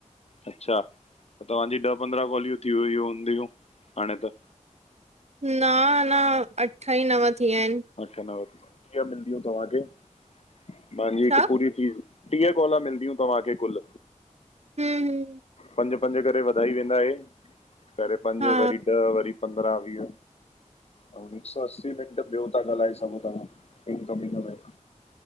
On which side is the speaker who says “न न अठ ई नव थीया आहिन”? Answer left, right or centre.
Right